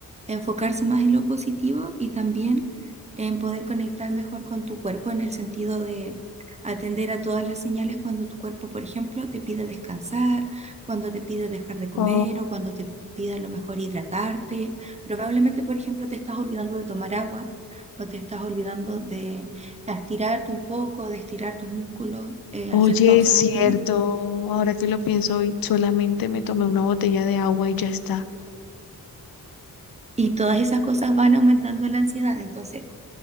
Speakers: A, on the right; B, on the left.
A: enfocarse más en lo positivo y también en poder conectar mejor con tu cuerpo en el sentido de atender a todas las señales cuando tu cuerpo, por ejemplo, te pide descansar, cuando te pide dejar de comer
B: Ok.
A: o cuando te pide a lo mejor hidratarte. Probablemente, por ejemplo, te estás olvidando de tomar agua o te estás olvidando de a estirarte un poco, de estirar tus músculos, eh,
B: Oye,
A: hacer pausas
B: es cierto.
A: activas.
B: Ahora que lo pienso hoy, solamente me tomé una botella de agua y ya está.
A: Y todas esas cosas van aumentando la ansiedad. Entonces,